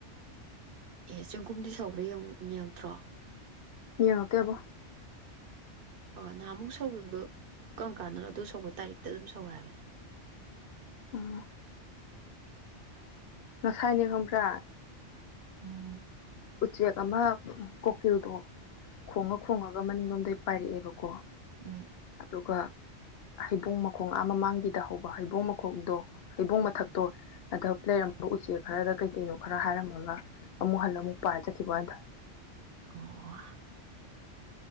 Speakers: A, on the right (about 55°); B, on the left (about 65°).
A: ꯑꯦ ꯆꯦꯡꯒꯨꯝꯗꯤ ꯁꯧꯕ꯭ꯔꯥ ꯌꯦꯡꯛꯇ꯭ꯔꯣ
B: ꯌꯦꯡꯉꯛꯇꯦꯕꯣ
A: ꯅꯥꯍꯟꯃꯨꯛꯁꯨ ꯁꯧꯈꯤꯕꯗꯨꯣ ꯀꯔꯝ ꯀꯥꯟꯗꯅꯣ ꯑꯗꯨ ꯁꯧꯕ ꯇꯥꯔꯤꯛꯇ ꯑꯗꯨꯝ ꯁꯧꯋꯦ ꯍꯥꯏꯕꯅꯤ
B: ꯎꯝ ꯉꯁꯥꯏꯅꯦ ꯈꯣꯕ꯭ꯔꯥ
A: ꯑꯝ
B: ꯎꯆꯦꯛ ꯑꯃ ꯀꯣꯀꯤꯜꯗꯣ ꯈꯣꯡꯉ
A: ꯎꯝ
B: ꯈꯣꯡꯉꯒ ꯃꯅꯤꯡꯂꯣꯝꯗꯩ ꯄꯥꯏꯔꯛꯑꯦꯕꯀꯣ
A: ꯎꯝ
B: ꯑꯗꯨꯒ ꯍꯩꯕꯣꯡ ꯃꯈꯣꯡ ꯑ ꯃꯃꯥꯡꯒꯤꯗ ꯍꯧꯕ ꯍꯩꯕꯣꯡ ꯃꯈꯣꯛꯇꯣ ꯍꯩꯕꯣꯡ ꯃꯊꯛꯇꯣ ꯑ ꯂꯩꯔꯝꯕ ꯎꯆꯦꯛ ꯈꯔꯗ ꯀꯩꯀꯩꯅꯣ ꯈꯔ ꯍꯥꯏꯔꯝꯃꯒ ꯑꯃꯨꯛ ꯍꯜꯂꯂꯝ ꯑꯃꯨꯛ ꯄꯥꯏ ꯆꯥꯠꯈꯤꯕꯅꯤꯗ
A: <unintelligible>